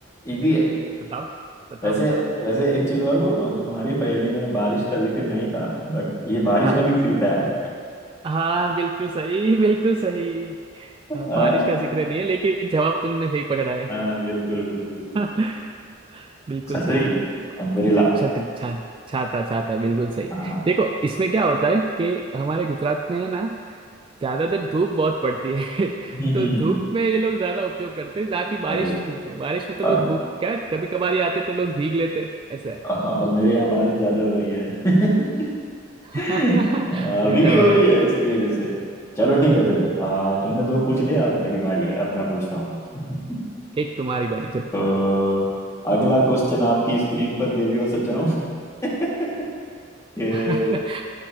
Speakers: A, on the left; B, on the right.
A: इजी है
B: बताओ बताओ
A: वैसे
B: बताओ
A: वैसे एक चीज और बोलूं तुम्हारी पहेली में बारिश का जिक्र नहीं था बट ये बारिश
B: हाँ
A: में भी खिलता है
B: हाँ बिल्कुल सही बिल्कुल सही
A: हाँ
B: हाँ, बारिश का जिक्र नहीं है लेकिन जवाब तुमने सही पकड़ा है
A: हाँ, बिल्कुल बिल्कुल बिल्कुल।
B: <laughs> बिल्कुल
A: छतरी
B: सही है
A: अम्ब्रेला
B: छतरी छा छाता छाता बिल्कुल सही
A: हाँ
B: देखो इसमें क्या होता है कि हमारे गुजरात में है ना ज्यादातर धूप बहुत पड़ती है <laughs>
A: हम्म,
B: तो धूप में ये लोग ज्यादा उपयोग करते हैं ना कि बारिश
A: और
B: में बारिश में तो
A: और
B: लोग भूख क्या कभी कभार ही आते तो लोग भीग लेते हैं, ऐसा है
A: और मेरे यहाँ बारिश ज्यादा हो रही है <laughs>
B: <laughs>
A: हाँ,
B: उल्टा
A: अभी भी
B: हो
A: हो
B: रहा
A: रही
B: है
A: है इसकी वजह से चलो ठीक है फिर आ, तुमने दो पूछ लिया अब मेरी बारी है अब मैं पूछता हूँ <laughs>
B: एक तुम्हारी बारी चलो
A: तो अगला क्वेश्चन आपकी स्क्रीन पर देवियों सज्जनों <laughs> के
B: <laughs>